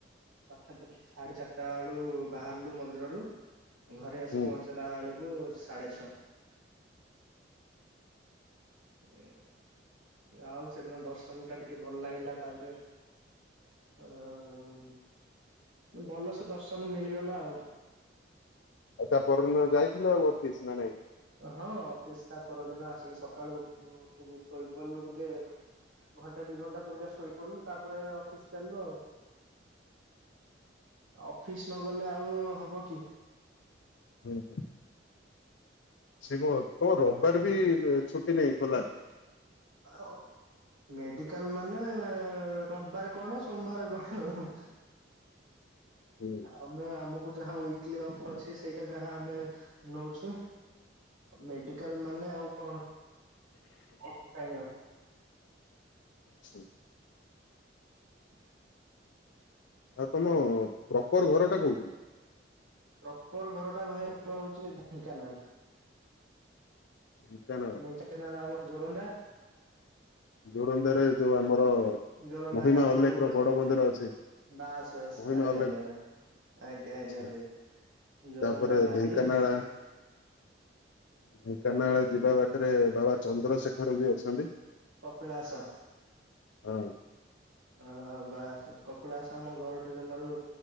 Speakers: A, on the right (about 85°); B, on the left (about 70°).
A: ପାଖାପାଖି ସାଢେ ଚାରିଟା ବେଳୁ ବାହାରିଲୁ ମନ୍ଦିରରୁ। ଘରେ ଆସି
B: ହୁଁ।
A: ପହଞ୍ଚିଲା ବେଳକୁ ସାଢେ ଛଅ। ଏ ଆଉ ସେଦିନ ଦର୍ଶନ ଟା ଟିକେ ଭଲ ଲାଗିଲା ତାପରେ ଅଁ, ଭଲସେ ଦର୍ଶନ ମିଳିଗଲା ଆଉ।
B: ଆଉ ତା ପରଦିନ ଯାଇଥିଲ ଆଉ ଅଫିସ୍ ନା ନାଇଁ?
A: ହଁ ଅଫିସ୍ ତା ପରଦିନ ଆସିକି ସକାଳୁ ମୁଁ ଉଠିକି ଶୋଇପଡ଼ିଲି ଟିକେ ଘଣ୍ଟେ ଦି ଘଣ୍ଟା ପରିକା ଶୋଇ ପଡିଲୁ ତାପରେ ଅଫିସ୍ ଚାଲିଲୁ ଆଉ। ଅଫିସ୍ ନଗଲେ ଆଉ ହବ କି।
B: ହଁ, ହଁ। ସେ କଣ ତୋମ ରବିବାର ବି ଦେ-ଛୁଟି ନାଇଁ ଖୋଲା।
A: ଆଉ ମେଡିକାଲ୍ ମାନେ ରବିବାର କଣ ସୋମବାର କଣ।
B: ହୁଁ।
A: ଆମେ ଆମକୁ ଯାହା ୱିକଲି ଅଫ୍ ଅଛି ସେଇଟା ଯାହା ଆମେ ନଉଛୁ। ମେଡିକାଲ୍ ମାନେ ଆଉ କଣ କଣ ଅଫ୍ ଟାଇମ୍ ଆଉ।
B: ସେ
A: <inaudible>
B: ଆଉ ତୋମ ପ୍ରପର୍ ଘର ଟା କୋଉଠି?
A: ପ୍ରପର୍ ଘରଟା ଭାଇ ଆମର ହଉଚି ଢେଙ୍କାନାଳ।
B: ଢେଙ୍କାନାଳ
A: ଢେଙ୍କାନାଳ ଆମ ଜୋରନ୍ଦା।
B: ଜୋରନ୍ଦା ରେ ଯୋଉ ଆମର
A: ଜୋରନ୍ଦା
B: ମହିମା
A: ଗାଦି
B: ଅଲେଖ
A: ଯୋଉ ବସେ
B: ର ବଡ ମନ୍ଦିର ଅଛି।
A: ବାସ୍ ବାସ୍
B: ମହିମା
A: ତା ଆଜ୍ଞ
B: ଅଲେଖ
A: ଆଜ୍ଞା ଭାଇ। ଆଜ୍ଞା
B: ଆଚ୍ଛା
A: ଆଜ୍ଞା ଭାଇ ଜୋରନ୍ଦା
B: ତାପରେ
A: ଗାଦି
B: ଢେଙ୍କାନାଳ
A: ଆ, ସେ
B: ଢେଙ୍କାନାଳ ଯିବା ବାଟରେ ବାବା ଚନ୍ଦ୍ରଶେଖର ବି ଅଛନ୍ତି।
A: କପିଳାସ।
B: ହଁ।
A: ଅଁ, ବାସ୍ କପିଳାସ ଆମ ଘରଠୁ ଜମାରୁ